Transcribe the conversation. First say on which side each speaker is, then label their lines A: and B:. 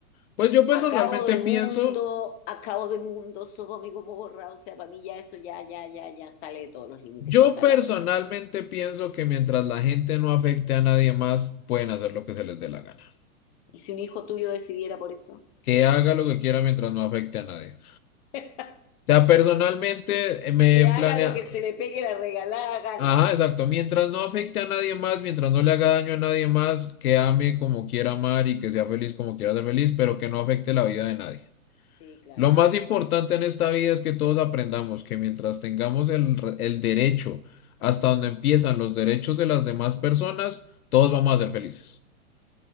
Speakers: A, on the left; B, on the left.
A: pues yo personalmente
B: Acabo de
A: pienso,
B: mundo, acabo de mundo, Sodoma y Gomorra, o sea, para mí ya eso ya, ya, ya, ya sale de todos los límites,
A: yo
B: corta
A: personalmente
B: el lance.
A: pienso que mientras la gente no afecte a nadie más, pueden hacer lo que se les dé la gana.
B: Y si un hijo tuyo decidiera por eso,
A: Que haga lo que quiera mientras no afecte a nadie. O
B: <laughs>
A: sea, personalmente eh, me
B: que
A: planea.
B: haga lo que se le pegue la regalada gana.
A: Ajá, exacto. Mientras no afecte a nadie más, mientras no le haga daño
B: Sí,
A: a nadie más, que ame como quiera amar y que sea feliz como quiera ser feliz, pero que no afecte la vida de nadie.
B: sí, claro,
A: Lo más importante
B: claro.
A: en esta vida es que todos aprendamos que mientras tengamos el, re- el derecho, hasta donde empiezan los derechos de las demás personas, todos vamos a ser felices.